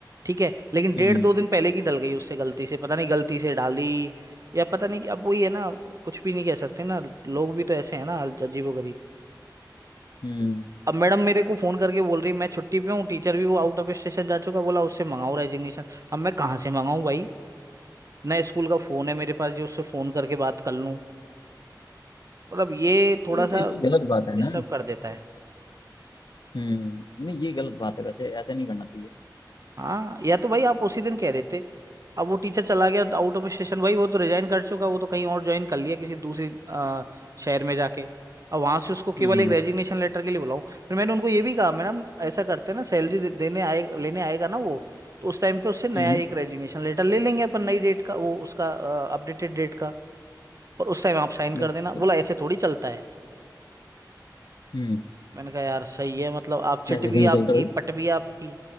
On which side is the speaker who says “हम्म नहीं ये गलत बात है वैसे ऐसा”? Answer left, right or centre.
Left